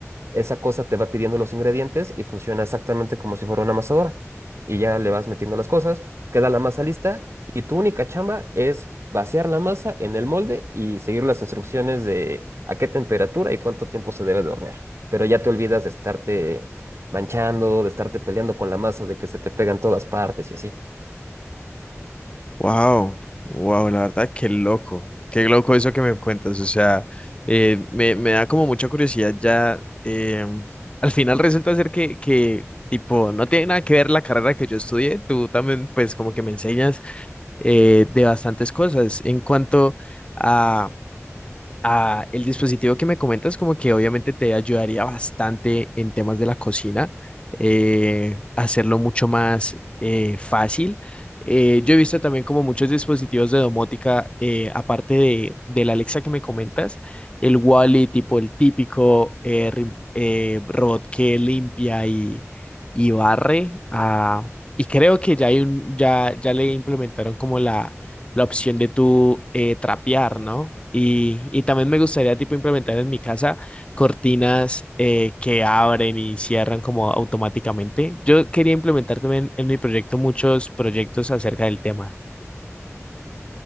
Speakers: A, on the right; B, on the left.
A: esa cosa te va pidiendo los ingredientes y funciona exactamente como si fuera una amasadora. Y ya le vas metiendo las cosas, queda la masa lista y tu única chamba es vaciar la masa en el molde y seguir las instrucciones de a qué temperatura y cuánto tiempo se debe de hornear. Pero ya te olvidas de estarte manchando, de estarte peleando con la masa, de que se te pegan todas partes y así.
B: Wow, wow, la verdad, qué loco, qué loco eso que me cuentas. O sea, eh, me, me da como mucha curiosidad ya. eh, al final resulta ser que, que, tipo, no tiene nada que ver la carrera que yo estudié. Tú también, pues, como que me enseñas eh, de bastantes cosas en cuanto a. Ah, el dispositivo que me comentas como que obviamente te ayudaría bastante en temas de la cocina, eh, hacerlo mucho más eh, fácil. Eh, yo he visto también como muchos dispositivos de domótica, eh, aparte de, del Alexa que me comentas, el Wally tipo el típico eh, rim- eh, robot que limpia y, y barre. ah, y creo que ya hay un, ya, ya le implementaron como la la opción de tú eh, trapear, ¿no? Y, y también me gustaría tipo implementar en mi casa cortinas eh, que abren y cierran como automáticamente. Yo quería implementar también en mi proyecto muchos proyectos acerca del tema.